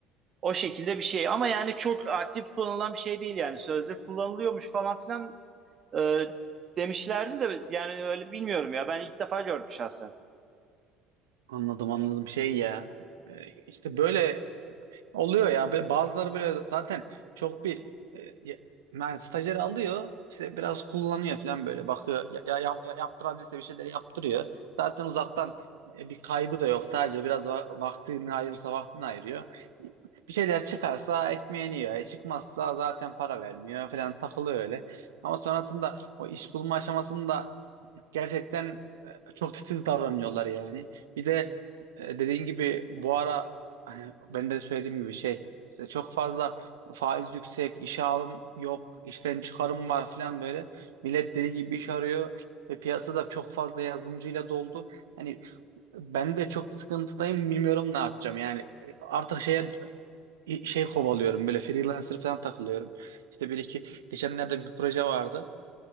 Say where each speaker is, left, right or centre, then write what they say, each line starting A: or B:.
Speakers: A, on the right (about 35°); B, on the right (about 70°).
A: O şekilde bir şey. Ama yani çok aktif kullanılan bir şey değil yani. Sözde kullanılıyormuş falan filan e, demişlerdi de yani öyle bilmiyorum ya. Ben ilk defa gördüm şahsen.
B: Anladım anladım şey ya. E, işte böyle Oluyor ya bazıları böyle zaten çok bir e, ya- yani stajyer alıyor işte biraz kullanıyor falan böyle bakıyor ya, ya- yap- ya- yaptırabilirse bir şeyler yaptırıyor. Zaten uzaktan e, bir kaybı da yok sadece biraz va- vaktini ayırırsa vaktini ayırıyor. Bir şeyler çıkarsa ekmeğini yiyor E, çıkmazsa zaten para vermiyor falan takılıyor öyle. Ama sonrasında o iş bulma aşamasında Gerçekten e, çok titiz davranıyorlar yani. Bir de e, dediğin gibi bu ara hani ben de söylediğim gibi şey işte çok fazla faiz yüksek, işe alım yok, işten çıkarım var falan böyle. Millet deli gibi iş arıyor ve piyasada çok fazla yazılımcıyla doldu. Hani ben de çok sıkıntıdayım bilmiyorum ne yapacağım. Yani e, artık şeye şey kovalıyorum böyle freelancer falan takılıyorum. İşte bir iki geçenlerde bir proje vardı.